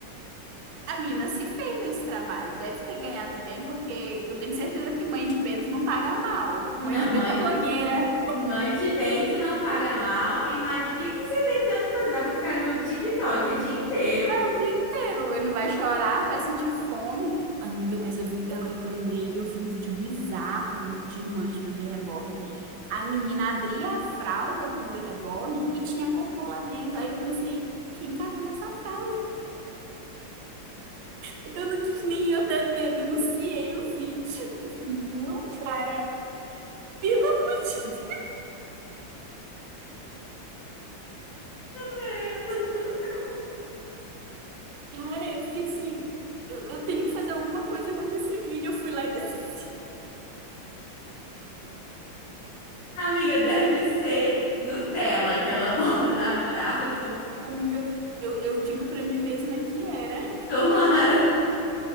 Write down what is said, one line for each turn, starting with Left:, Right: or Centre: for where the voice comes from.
Right: A mina se fez nesse trabalho, deve ter ganhado bem, porque eu tenho certeza que mãe de Bento não paga mal.
Left: Não,
Right: Mãe de
Left: mãe,
Right: Bento é blogueira.
Left: mãe de bento não paga mal. E mais, o que que você tem tanto que fazer? Dá pra ficar no TikTok o dia inteiro?
Right: o dia inteiro. Ele não vai chorar, não vai sentir fome. Amiga, mas eu vi, agora que eu lembrei, eu vi um vídeo bizarro de mãe de bebê reborn. A menina abria a fralda do bebê reborn e tinha cocô lá dentro. Aí eu pensei, quem cagou nessa fralda? Eu não quis nem, eu até de- denunciei o vídeo. <laughs> Eu fiquei, não, cara, pelo amor de Deus.
Left: Véi, Eu não dou conta.
Right: Cara, eu fiquei assim, eu, eu tenho que fazer alguma coisa contra esse vídeo. Eu fui lá e <laughs> denunciei.
Left: Amiga, deve ser Nutella que ela bota na fralda.
Right: Amiga, eu, eu digo pra mim mesma que era.
Left: <laughs> Tomara.